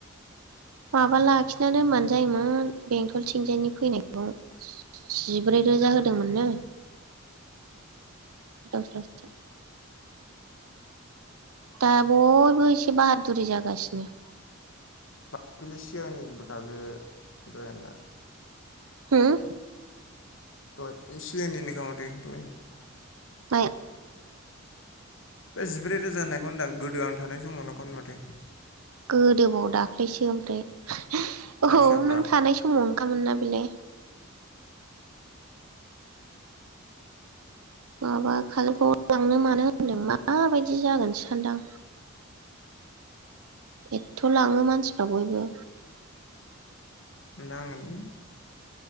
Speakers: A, on the right; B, on the left.
A: माबा लाखिनानै दोनबानो जायोमोन बेंथलथिंजायनि फैनायखौ जिब्रै रोजा होदोंमोननो। गोदाव सोरावसो। दा बयबो एसे बाहादुरि जा गासिनो।
B: <unintelligible> सिगांनिबोखा बे दयाना
A: हुम?
B: दहाय सिलान्निनो खा माथो दहय।
A: माया?
B: बे जिब्रै रोजा होननायखौ होनदां गोदो आं थानाय समाव नंखौनो माथो।
A: गोदोबाव दाख्लैसो ओमफ्राय।
B: जायखिजाब्रा
A: औ नों थानाय समानो खामोन ना बेलाय माबा खालुफुआव लांनो मानो होनदों माबायदि जागोनसो सानदां। एथथ' लाङो मानसिफ्रा बयबो।
B: नाङोलि।